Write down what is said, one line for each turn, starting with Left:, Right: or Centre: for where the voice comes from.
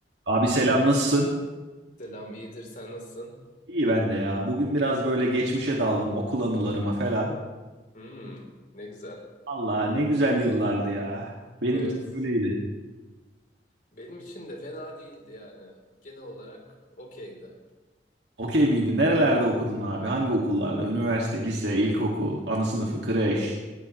Right: Abi selam nasılsın?
Left: Selam, iyidir. Sen nasılsın?
Right: İyi ben de ya. Bugün biraz böyle geçmişe daldım okul anılarıma falan.
Left: Hmm, ne güzel.
Right: Allah ne güzel yıllardı ya. Benim
Left: Evet.
Right: için öyleydi.
Left: Benim için de fena değildi yani. Genel olarak okeydi.
Right: Okey miydi? Nerelerde okudun abi? Hangi okullarda? Üniversite, lise, ilkokul, ana sınıfı, kreş.